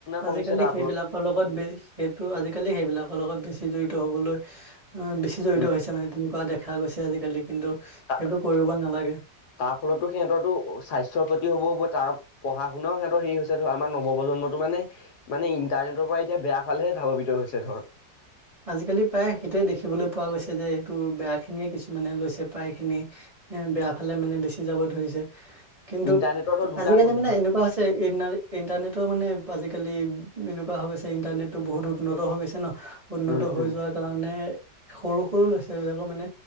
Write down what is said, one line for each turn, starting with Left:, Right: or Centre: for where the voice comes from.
Left: কমিছে
Right: আজিকালি
Left: তাৰ
Right: সেইবিলাকৰ
Left: ফলত।
Right: লগত বে সেইটো আজিকালি সেইবিলাকৰ লগত বেছি জড়িত হবলৈ <unintelligible> বেছি জড়িত
Left: উম
Right: হৈছে মানে তেনেকুৱা দেখা গৈছে আজিকালি কিন্তু
Left: তাৰ
Right: সেইটো কৰিব নালাগে
Left: ফলতো সিহঁতৰটো স্বাস্থ্যৰ ক্ষতি হ'ব হ'ব তাৰ পঢ়া শুনাও সিহঁতৰ হেৰি হৈছে ধৰা আমাৰ নৱপ্ৰজন্মটো মানে মানে ইণ্টাৰনেটৰ পৰা এতিয়া বেয়া ফালেহে ধাৱৱিত <unintelligible> হৈছে ধৰ।
Right: আজিকালি প্ৰায় সেইটোৱে দেখিবলৈ পোৱা গৈছে যে এইটো বেয়া খিনিয়ে কিছুমানে লৈছে, প্ৰায়খিনি এ বেয়া ফালে মানে বেচি যাব ধৰিছে। কিন্তু
Left: ইণ্টাৰনেটৰ ধৰ দুটা
Right: আজিকালি
Left: গুণ
Right: মানে এনেকুৱা হৈছে ই ইণ্টাৰনেট ৰ মানে আজিকালি এনেকুৱা হৈ গৈছে ইণ্টাৰনেটটো বহুত উন্নত হৈ গৈছে ন? উন্নত
Left: উম
Right: হৈ
Left: উম
Right: যোৱাৰ কাৰণে সৰু সৰু লৈছে এইবিলাকো মানে